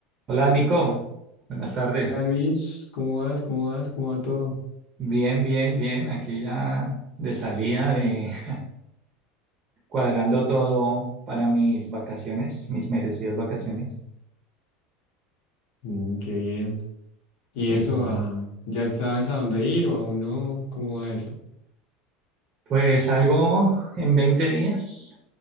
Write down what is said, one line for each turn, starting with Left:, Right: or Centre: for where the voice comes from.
Right: Hola Nico, buenas tardes.
Left: Hola Luis, ¿cómo vas? ¿Cómo vas? ¿Cómo va todo?
Right: Bien, bien, bien. Aquí ya de salida, de <laughs> cuadrando todo para mis vacaciones, mis merecidas vacaciones.
Left: Mm, qué bien. ¿Y
Right: Sí,
Left: eso,
Right: ya.
Left: a- ya sabes a dónde ir o aún no? ¿Cómo va eso?
Right: Pues algo en 20 días,